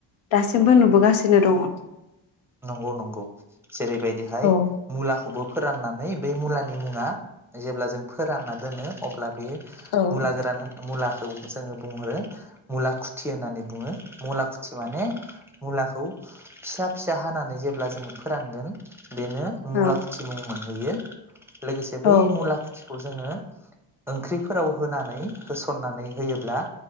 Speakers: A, on the left; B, in the centre.
A: दासिमबो नुबोगासिनो दङ
B: नंगौ नंगौ जेरैबायदिहाय
A: औ
B: मुलाखौबो फोराननानै बे मुलानि मुङा जेब्ला जों फोरानना दोनो अब्ला बे
A: औ
B: मुला गोरान मुला जोङो बुंहरो मुलाखुथि होननानै बुङो मुलाखु थि माने मुलाखौ <unintelligible> फिसा हानानै जेब्ला जोङो फोरानगोन बेनो
A: औ
B: मुला खुथि मुं मोनहैयो लोगोसे बै
A: औ
B: मुला खौ‌ जोङो ओंख्रिफोराव होनानै होसनानै होयोब्ला